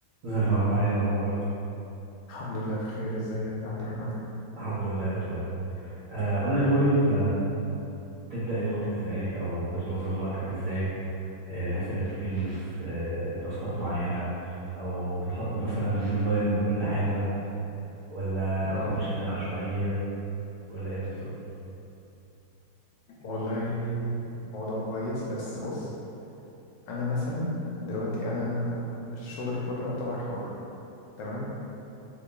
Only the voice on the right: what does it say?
ازيك يا عمر ايه الاخبار
الحمد لله انا تمام آه قول لي يا موري انت بتبدا يومك ازاي او بتنظم وقتك ازاي آه بحيث ان انت تنجز آه تاسكات معينه او بتحط مثلا ديدلاين لكل حاجه ولا
انت ماشي بطريقه عشوائيه ولا ايه بالظبط